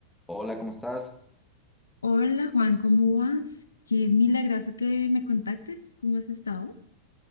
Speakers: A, in the centre; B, on the left (about 75°).
A: Hola, ¿cómo estás?
B: Hola Juan, ¿cómo vas? Qué milagroso que me contactes. ¿Cómo has estado?